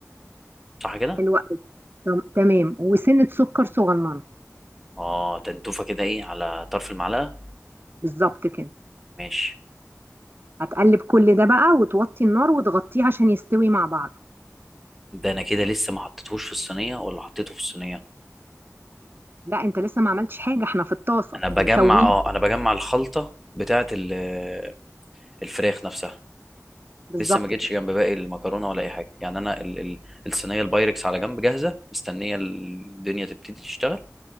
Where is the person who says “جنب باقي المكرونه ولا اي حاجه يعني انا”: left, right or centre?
Centre